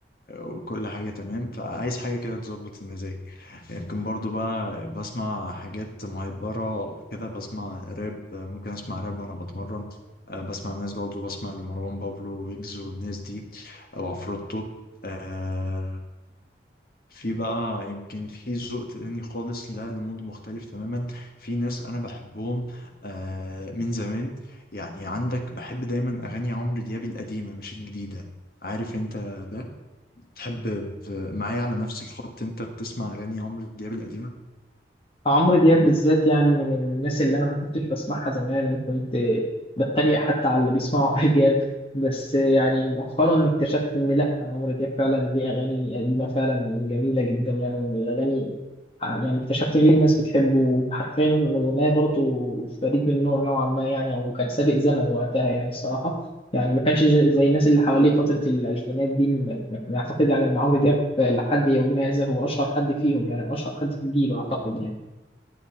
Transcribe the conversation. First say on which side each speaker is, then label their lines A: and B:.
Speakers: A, on the left (about 55°); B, on the left (about 30°).
A: وكل حاجة تمام فعايز حاجة كده تظبط المزاج يمكن برضو بقى بسمع حاجات مهيبرة وكده بسمع راب ممكن أسمع راب وأنا بتمرن آه، بسمع الناس برضو بسمع لمروان بابلو ويجز والناس دي أو عفروتو آه، في بقى يمكن في ذوق تاني خالص لا المود مختلف تماما في ناس أنا بحبهم آه، من زمان يعني عندك بحب دايما أغاني عمرو دياب القديمة مش الجديدة عارف انت ده تحب ب- معايا على نفس الخط انت بتسمع اغاني عمرو دياب القديمه
B: عمرو دياب بالذات يعني من الناس اللي انا ما كنتش بسمعها زمان كنت بتريق حتى على اللي بيسمعوا <laughs> عمرو دياب بس يعني مؤخرا اكتشفت ان لا عمرو دياب فعلا ليه اغاني قديمه فعلا جميله جدا يعني من الاغاني يعني اكتشفت ليه الناس بتحبه حرفيا اغنيه برضو فريد من نوع نوعا ما يعني او كان سابق زمن وقتها يعني الصراحه يعني ما كانش زي زي الناس اللي حواليه فتره الالفينات دي ما- ما- اعتقد يعني ان عمرو دياب لحد يومنا هذا هو اشهر حد فيهم يعني اشهر حد في جيله اعتقد يعني